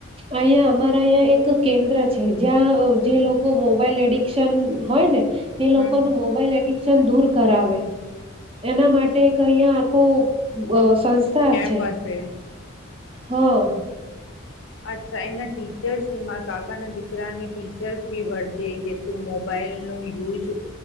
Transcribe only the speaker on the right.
અહીં અમારા અહં એક કેન્દ્ર છે જ્યાં જે લોકો મોબાઈલ એડિક્શન હોય ને એ
લોકો ન મોબાઈલ એડિક્શન દૂર કરાવે, એના માટે અહીયા આખું સંસ્થા
છે.
હા.